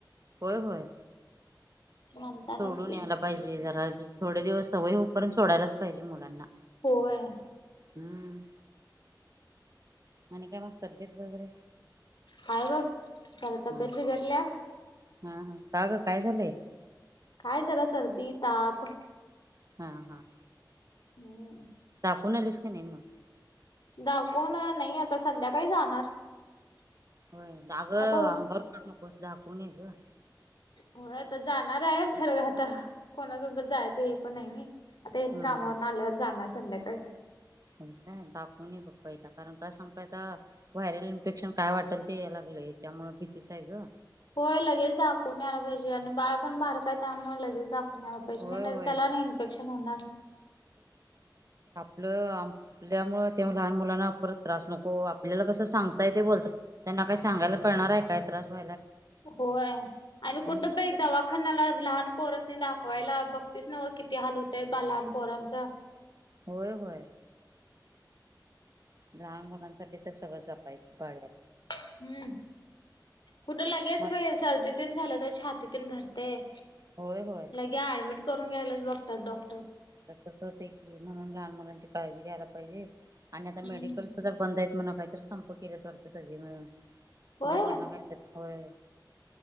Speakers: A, on the right (about 45°); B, on the left (about 80°).
A: होय होय.
B: म्हणतानाच
A: सोडून
B: की
A: यायला पाहिजे, जरा थोडे दिवस सवय होऊपर्यंत सोडायलाच पाहिजे मुलांना.
B: होय
A: हम्म! आणि काय मग तब्येत वगैरे?
B: हाय, बघ जरा तब्येत
A: हा
B: बिघडल्या.
A: हा हा का ग काय झालंय?
B: काय जरा सर्दी ताप.
A: हां हां.
B: हम्म!
A: दाखवून आलीस, क नाही मग?
B: दाखवून नाही, आता संध्याकाळी जाणार.
A: हो, अगं!
B: आता
A: अंगावर काढू नकोस दाखवून ये ग.
B: होय आता जाणार आहे, खरं आता कोणासोबत जायचं हे पण आहे नई. आता हेनी
A: हा
B: कामावरन
A: हा
B: आल्यावर जाणार संध्याकाळी.
A: काय दाखवून ये बघ पहिला, कारण काय सांगू आता व्हायरल इन्फेक्शन काय वाटेल ते यायला लाग? लय त्यामुळ भीतीच आहे ग.
B: होय लगेच दाखवून यायला पाहिजे आणि बाळ पण बारक हाय त्यामुळ लगेच दाखव वून यायला पाहिजे
A: होय
B: नाहीतर
A: होय
B: त्याला आणि इनफेक्शन होणार.
A: आपल आपल्यामुळ त्या लहान मुलांना परत त्रास नको आपल्याला कसं सांगता येतंय बोलता त्यांना काय सांगायला कळणार आहे काय त्रास व्हा
B: होय आणि कुठं
A: हम्म
B: बाई दवाखान्याला लहान पोरासनी दाखवायला बघतीस नव्ह किती हाल होतय बा लहान पोरांचं.
A: होय होय. लहान मुलांसाठी तर सगळं जपायची पाळी हाय.
B: हम्म कुठं लगेच
A: मग
B: बाई सर्दीतेन झालं तर छातीतेन भरतंय.
A: होय होय
B: लगे ऍडमिट करून घ्यायलाच बघतात डॉक्
A: तसच होतय की म्हणून लहान मुलांची काळजी घ्यायला पाहिजे. आणि आता
B: हम्म
A: मेडिकल सुद्धा बंद हैत म्हण कायतर संप केल्यात वाटत सगळी मिळून म्हणजे
B: होय
A: वर्ण काय तर